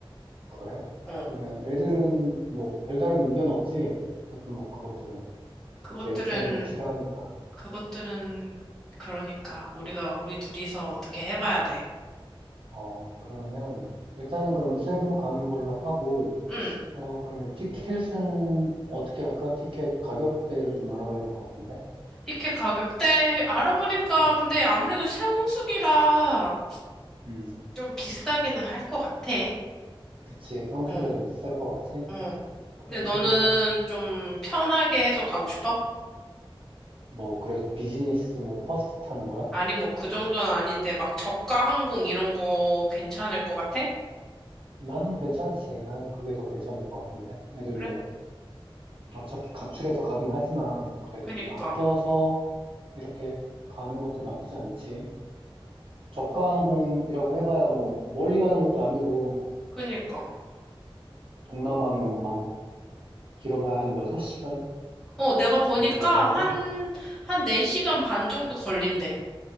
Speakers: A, on the right; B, in the centre.
A: 그래?
B: 어.
A: 그러면 애들은 뭐 별다른 의견 없지? 하긴 뭐 그것들은
B: 그것들은,
A: 계획 세우는 거 싫어하니까.
B: 그것들은, 그러니까 우리가, 우리 둘이서 어떻게 해봐야 돼.
A: 어, 그러면 일단은 그럼 세부로 가는 걸로 하고,
B: 응.
A: 어, 그러면 티켓은 어떻게 할까? 티켓 가격대를 좀 알아봐야 될 것 같은데?
B: 티켓 가격대 알아보니까
A: 음,
B: 근데 아무래도 세홍수기라
A: 음,
B: 좀 비싸기는 할 것 같아.
A: 그치. 성수기라
B: 어,
A: 좀 비쌀 것 같지?
B: 어.
A: 그래도
B: 근데 너는 좀 편하게 해서 가고 싶어?
A: 뭐 그래서 비즈니스 뭐 퍼스트 타는 거야?
B: 아니, 뭐, 그 정도는 아닌데, 막, 저가 항공 이런 거 괜찮을 것 같아?
A: 나는 괜찮지. 나는 그게 더 괜찮을 것 같은데? 애들
B: 그래?
A: 뭐 어차피 각출해서 가긴 하지만 그래도
B: 그니까,
A: 좀 아껴서 이렇게 가는 것도 나쁘지 않지. 저가 항공이라고 해봐야 뭐 멀리 가는 것도 아니고
B: 그니까.
A: 동남아면 뭐 한 길어봐야 한 6시간
B: 어, 내가 보니까
A: 정도 걸리려나?
B: 한, 한 4시간 반 정도 걸린대.